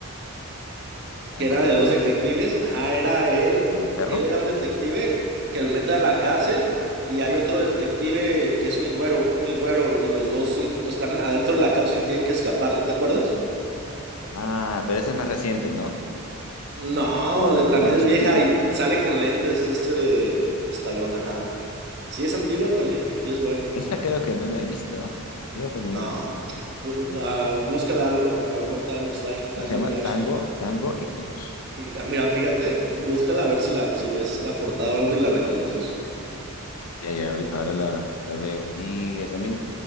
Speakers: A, on the left (about 85°); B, on the right (about 50°).
A: ¿Tango
B: Que era
A: y Cash?
B: de dos detectives, ajá, era él,
A: ¿Con el perro?
B: él era un detective que lo mete a la cárcel y hay otro detective que es un güero, un güero y los dos son, los están adentro de la cárcel y tienen que escapar, ¿no te acuerdas?
A: Ah, pero ese es más reciente, ¿no?
B: No,
A: O también,
B: eh, también
A: ¿no? ¿Es
B: es vieja
A: antiguo?
B: y sale con lentes este Estalón, ajá. Sí, es antigua también y es buena.
A: Esta creo que no la he visto. Creo que no la
B: No,
A: he visto.
B: pues,
A: Ah,
B: ah, búscala, a lo a lo mejor te va a gustar,
A: ¿Cómo
B: Tango
A: se llama?
B: y Cash.
A: Tango, Tango y Cash.
B: Y, ah, mira, fíjate, búscala a ver si la, si ves la portada o algo y la reconoces.
A: Ya, ya, ahori- ahora la, la veo. Y eh, también